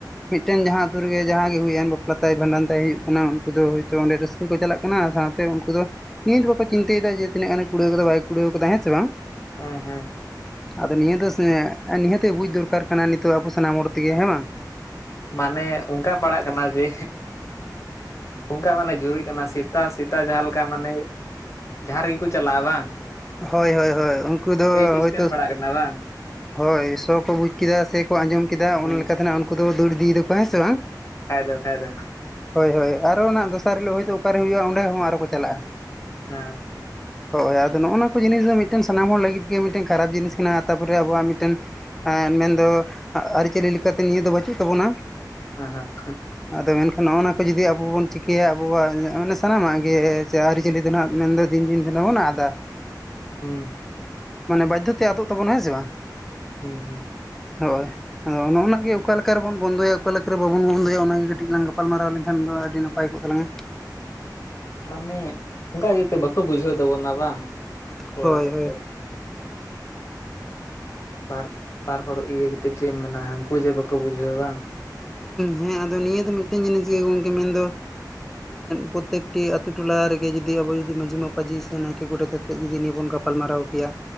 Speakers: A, in the centre; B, on the left.
A: ᱢᱤᱫ ᱴᱟᱹᱝ ᱡᱟᱦᱟ ᱟ. ᱛᱩ ᱨᱮᱜᱮ ᱡᱟᱦᱟ ᱜᱮ ᱦᱩᱭ ᱮᱱ ᱵᱟᱯᱞᱟ ᱛᱟᱭ ᱵᱷᱟᱸᱰᱟᱱ ᱛᱟᱭ ᱦᱩᱭᱩᱜ ᱠᱟᱱᱟ ᱩᱱᱠᱩ ᱫᱚ ᱦᱳᱭᱛᱳ ᱚᱸᱰᱮ ᱨᱟᱹᱥᱠᱟᱹ ᱠᱚ ᱪᱟᱞᱟᱜ ᱠᱟᱱᱟ ᱥᱟᱶᱛᱮ ᱩᱱᱠᱩ ᱫᱚ ᱱᱤᱛ ᱵᱟᱠᱚ ᱪᱤᱱᱛᱟᱹᱭ ᱫᱟ ᱡᱮ ᱛᱤᱱᱟᱹ ᱜᱟᱱ ᱮ ᱠᱩᱲᱟᱹᱣᱫᱟ ᱵᱟᱭ ᱠᱩᱲᱟᱹᱣ ᱠᱟᱫᱟ ᱦᱮᱸ ᱥᱮ ᱵᱟᱝ
B: ᱦᱮᱸ ᱦᱮᱸ
A: ᱟᱫᱚ ᱱᱤᱭᱟᱹ ᱫᱚ ᱱᱤᱦᱟᱹᱛ ᱵᱩᱡᱽ ᱫᱚᱨᱠᱟᱨ ᱠᱟᱱᱟ ᱱᱤᱛᱚᱜ ᱟᱵᱚ ᱥᱟᱱᱟᱢ ᱦᱚᱲ ᱛᱮᱜᱮ ᱦᱮᱸ ᱵᱟᱝ
B: ᱢᱟᱱᱮ ᱚᱱᱠᱟ ᱯᱟᱲᱟᱜ ᱠᱟᱱᱟ ᱡᱮ ᱚᱱᱠᱟ ᱢᱟᱱᱮ ᱡᱩᱨᱤᱜ ᱠᱟᱱᱟ ᱥᱮᱛᱟ ᱥᱮᱛᱟ ᱡᱟᱦᱟᱸ ᱞᱮᱠᱟ ᱢᱟᱱᱮ ᱡᱟᱦᱟᱸ ᱨᱮᱜᱮ ᱠᱚ ᱪᱟᱞᱟᱜᱼᱟ ᱵᱟᱝ
A: ᱦᱳᱭ ᱦᱳᱭ ᱦᱳᱭ ᱩᱱᱠᱩ ᱫᱚ
B: ᱮᱭ ᱥᱤᱥᱴᱮᱢ
A: ᱦᱳᱭᱛᱳ
B: ᱯᱟᱲᱟᱜ ᱠᱟᱱᱟ ᱵᱟᱝ
A: ᱦᱳᱭ ᱥᱚ ᱠᱚ ᱵᱩᱡ ᱠᱮᱫᱟ ᱥᱮᱠᱚ ᱟᱸᱡᱚᱢ ᱠᱮᱫᱟ ᱚᱱᱟ
B: ᱦᱮᱸ
A: ᱞᱮᱠᱟ ᱛᱮᱱᱟ ᱩᱱᱠᱩ ᱫᱚ ᱫᱟᱹᱲ ᱤᱫᱤᱭᱮᱫᱟᱠᱚ ᱦᱮᱸ ᱥᱮ ᱵᱟᱝ
B: ᱠᱷᱟᱭ ᱫᱚ ᱠᱷᱟᱭ ᱫᱚ
A: ᱦᱳᱭ ᱦᱳᱭ ᱟᱨᱦᱚ ᱱᱟᱜ ᱫᱚᱥᱟᱨ ᱦᱤᱞᱳᱜ ᱦᱳᱛᱳ ᱚᱠᱟᱨᱮ ᱦᱩᱭᱩᱜᱼᱟ ᱚᱸᱰᱮ ᱦᱚᱸ ᱟᱨᱚ ᱠᱚ ᱪᱟᱞᱟᱜᱼᱟ
B: ᱦᱮᱸ
A: ᱦᱳᱭ ᱟᱨ ᱟᱫᱚ ᱱᱚᱜᱚᱱᱟ ᱠᱚ ᱡᱤᱱ ᱫᱚ ᱢᱤᱫᱴᱮᱱ ᱥᱟᱱᱟᱢ ᱦᱚᱲ ᱞᱟᱹᱜᱤᱫ ᱜᱮ ᱢᱤᱫᱴᱮᱱ ᱠᱷᱟᱨᱟᱯ ᱡᱤᱱᱤᱥ ᱠᱟᱱᱟ ᱛᱟᱯᱚᱨᱮ ᱟᱵᱚᱣᱟᱜ ᱢᱤᱫᱴᱮᱱ ᱢᱮᱱᱫᱚ ᱟᱹᱨᱤᱪᱟᱹ ᱞᱮᱠᱟᱛᱮ ᱱᱤᱭᱟᱹ ᱫᱚ ᱵᱟᱹᱪᱩᱜ ᱛᱟᱵᱚᱱᱟ
B: ᱟ ᱦᱟ ᱦᱮᱸ <inaudible>
A: ᱟᱫᱚ ᱢᱮᱱᱠᱷᱟᱱ ᱱᱚᱜᱼᱚ ᱱᱟ ᱠᱚ ᱡᱩᱫᱤ ᱟᱵᱚ ᱵᱚᱱ ᱪᱤᱠᱟᱹᱭᱟ ᱟᱵᱚᱣᱟᱜ ᱢᱟᱱᱮ ᱥᱟᱱᱟᱢᱟᱜ ᱜᱮ ᱥᱮ ᱟᱹᱨᱤᱪᱟᱹᱞᱤ ᱫᱚ ᱢᱮᱱᱫᱟ ᱫᱤᱱ ᱫᱤᱱ ᱫᱚ ᱵᱚ ᱟᱫᱟ
B: ᱦᱩᱸ
A: ᱢᱟᱱᱮ ᱵᱟᱡᱫᱷᱚ ᱛᱮ ᱟᱫᱚᱜ ᱛᱟᱵᱚᱱᱟ ᱦᱮ ᱥᱮ ᱵᱟᱝ
B: ᱦᱩᱸ ᱦᱩᱸ
A: ᱦᱳᱭ ᱟᱫᱚ ᱱᱚᱜᱚᱱᱟ ᱜᱮ ᱚᱠᱟ ᱞᱮᱠᱟ ᱨᱮ ᱵᱚᱱ ᱵᱚᱱᱫᱚᱭᱟ ᱚᱠᱟᱞᱮᱠᱟᱨᱮ ᱵᱟᱵᱚᱱ ᱵᱚᱱᱫᱚᱭᱟ ᱚᱱᱟᱜᱮ ᱠᱟᱹᱴᱤᱡ ᱞᱟᱝ ᱜᱟᱯᱟᱞᱢᱟᱨᱟᱣ ᱞᱮᱱᱠᱷᱟᱱ ᱫᱚ ᱟᱹᱰᱤ ᱱᱟᱯᱟᱭ ᱠᱚᱜ ᱛᱟᱞᱟᱝᱟ
B: ᱢᱟᱱᱮ ᱚᱱᱠᱟ ᱤᱫᱤ ᱛᱮ ᱵᱟᱠᱚ ᱵᱩᱡᱷᱟᱹᱣ ᱛᱟᱵᱚᱱᱟ ᱵᱟᱝ ᱠᱚᱲᱟ
A: ᱦᱳᱭ ᱦᱳᱭ
B: ᱦᱚᱲ ᱠᱚᱦᱚᱸ ᱵᱟᱨ ᱵᱟᱨ ᱦᱚᱲ ᱤᱭᱟᱹ ᱠᱟᱛᱮᱫ ᱪᱮᱫ ᱮᱢ ᱢᱮᱱᱟ ᱦᱟᱱᱠᱩ ᱡᱮ ᱵᱟᱠᱚ ᱵᱩᱡᱷᱟᱹᱣᱟ ᱵᱟᱝ
A: ᱦᱮᱸ ᱟᱫᱚ ᱱᱤᱭᱟᱹ ᱫᱚ ᱢᱤᱫᱴᱮᱱ ᱡᱤᱱᱤᱥ ᱜᱮ ᱜᱚᱢᱠᱮ ᱢᱮᱱᱫᱚ ᱯᱨᱚᱛᱮᱠᱴᱤ ᱟᱹᱛᱩ ᱴᱚᱞᱟ ᱨᱮᱜᱮ ᱡᱩᱫᱤ ᱟᱵᱚ ᱡᱩᱫᱤ ᱢᱟᱡᱷᱤ ᱢᱟᱯᱟᱡᱷᱤ ᱥᱮ ᱱᱟᱭᱠᱮ ᱜᱚᱰᱮᱛ ᱟᱛᱮᱜ ᱡᱩᱤ ᱱᱤᱭᱟᱹ ᱵᱚᱱ ᱜᱟᱯ ᱜᱟᱯᱟᱞᱢᱟᱨᱟᱣ ᱠᱮᱭᱟ